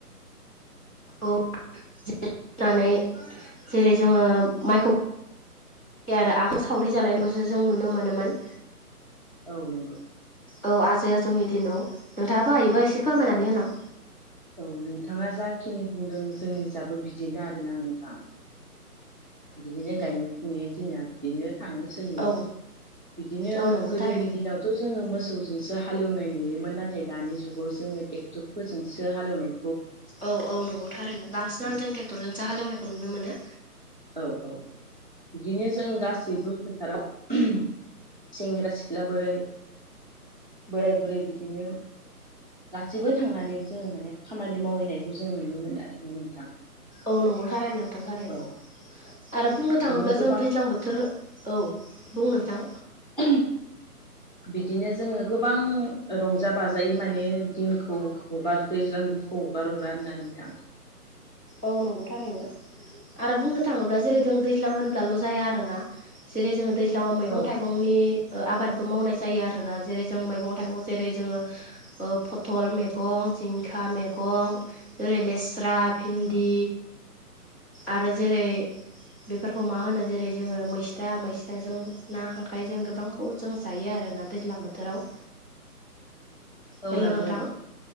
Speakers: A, on the left; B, on the right.
A: औ <unintelligible> जेरै जोङो माइखौ आरो आगोल सावरि जालायनायखौसो जों नुनो मोनोमोन।
B: औ नंगौ
A: औ आजै आजौनि दिनाव नोंथाङाबो हायोबा एसे फोरमायनानै होलां
B: औ नोंथाङा जाखिनि बुंदों जोंनि जाबो बिदिनो आरोना नोंथां बिदिनो गायनाय फुनाय दिना बिदिनो सोलियो
A: औ
B: बिदिनो
A: औ नंगौ
B: गोदोनि
A: थारैनो
B: दिनाव' जोंङो मोसौ जोंसो हालेवनाय नुयोमोन नाथाय दानि जुगाव जोङो ट्रेक्टरफोरजोंसो हालेवनाय
A: औ औ नंगौ थारैनो बांसिनानो
B: औ
A: जों ट्रेक्टरजों सो हालेवनायखौ नुनो मोनो।
B: औ औ बिदिनो जों गासैबो फोथाराव सेंग्रा सिख्ला बोराय बोराय बुरै बिदिनो गासैबो थांनानै जोङो माने खामानि मावहैनायखौ जों नुनो मोनो आरोना नोंथां।
A: औ नंगौ थारैनो नोंथां थारैनो
B: औ
A: आरो बुंनो
B: बिदिनो
A: थाङोब्ला
B: गोबां
A: जों दैज्लां बोथोर औ बुं नोंथां
B: <unintelligible> बिदिनो जोङो गोबां रंजा बाजायै माने दिनखौ हगारो दैज्लां दै हगार हरा होनना नोंथां
A: औ नंगौथारैनो आरो बुंनो थाङोब्ला जेरै जों दैज्लां होनब्लाल' जाया आरोना जेरै जोङो दैज्लां आव मैगं
B: औ
A: थाइगंनि आबादबो मावनाय जायो आरोना जेरै जों मैगं थाइगं जेरै जोङो फथल मैगं जिंखा मैगं जेरै लेस्रा भिन्दि आरो जेरै बेफोरखौ मा होनो जेरै जोङो मैस्था मैस जों ना खांख्रायजों गोबांखौ जों जायो आरो ना दैज्लां बोथोराव
B: औ
A: हेल'
B: नंगौ
A: नोंथां